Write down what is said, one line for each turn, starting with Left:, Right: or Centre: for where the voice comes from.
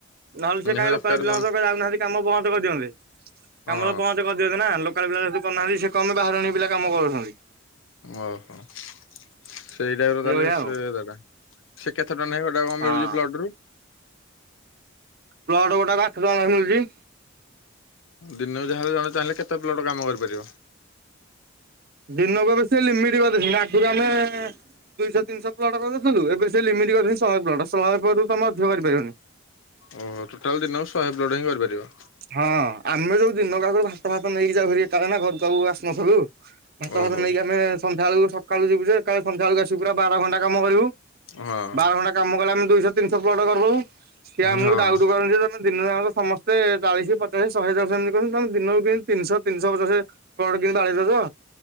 Right: ନହେଲେ ସେ
Left: ନିହାତି
Right: କାହିଁ
Left: ଦରକାର
Right: ଲୋକାଲ ପିଲା
Left: କଣ
Right: ଯାଉନାହାନ୍ତି କାମ ବନ୍ଦ କରିଦିଅନ୍ତେ
Left: ହଁ
Right: କାମ ତ ବନ୍ଦ କର ଦିଅନ୍ତେ ନା ଲୋକାଲ ପିଲା ଯଦି କରୁନାହାନ୍ତି ସେ କଁ ପାଇଁ ବାହାରୁ ଆଣିକି ପିଲା କାମ କରଉଛନ୍ତି?
Left: ଓହୋ ସେଇଟାକୁ
Right: ଏଇଭଳିଆ
Left: ତାହେଲେ
Right: ଆଉ
Left: ସେ କଥା ସେ କେତେ ଟଙ୍କା ନ ଏଟା କଣ
Right: ହଁ।
Left: ମିଳୁଛି ପ୍ଲଟରୁ?
Right: ପ୍ଲଟ ଗୋଟା ବା ଆଠ ଟଙ୍କା ଲେଖା ମିଳୁଛି।
Left: ଦିନକୁ ଯାହାଲେ ଜଣେ ଚାହିଁଲେ କେତେ ପ୍ଲଟ କାମ କରିପାରିବ?
Right: ଦିନକୁ ଏବେ ସେ ଲିମିଟ କରିଦେଇଛନ୍ତି ଆଗରୁ ଆମେ ଦୁଇଶହ ତିନିଶହ ପ୍ଲଟ କରିଦେଇଥିଲୁ ଏବେ ସେ ଲିମିଟ କରି ଶହେ ପ୍ଲଟ ଶହେ ପ୍ଲଟରୁ ତମର ଅଧିକ ମଧ୍ୟ କରିପାରିବନି।
Left: ଓହୋ ଟୋଟାଲ ଦିନକୁ ଶହେ ପ୍ଲଟ ହିଁ କରିପାରିବ।
Right: ହଁ ଆମେ ଯୋଉ ଦିନକ ଆଗରୁ ଭାତ ଫାତ ନେଇକି ଯାଉ ଘର ପାଖକୁ ଆସିନଥାଉ। ଭାତ
Left: ଓହୋ
Right: ଫାତ ନେଇକି ଆମେ ସନ୍ଧ୍ୟାବେଳୁ ସକାଳୁ ଯିବୁ ଯେଳେ ସନ୍ଧ୍ୟାବେଳକୁ ଆସୁ ପୁରା ବାର ଘଣ୍ଟା କାମ କରିବୁ।
Left: ହଁ
Right: ବାର ଘଣ୍ଟା କାମ କଲେ ଆମେ ଦୁଇଶହ ତିନିଶହ ପ୍ଲଟ କରିଦେଲୁ ସିଏ ଆମକୁ
Left: ହଁ
Right: ଡାଉଟୁ କରନ୍ତି ତମେ ଦିନରେ ଆମର ସମସ୍ତେ। ଚାଳିଶ ପଚାଶ ଶହେ ଦଶ ଏମିତି କରୁ ତୁମେ ଦିନକୁ କେମିତି ତିନିଶ ତିିନିଶ ପଚାଶେ ବାଡେଇ ଦଉଛ।